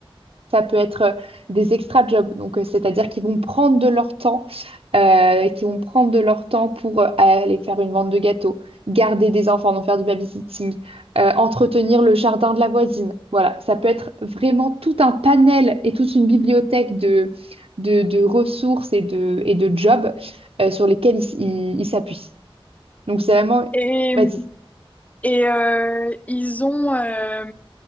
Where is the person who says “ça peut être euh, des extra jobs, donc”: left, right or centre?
Right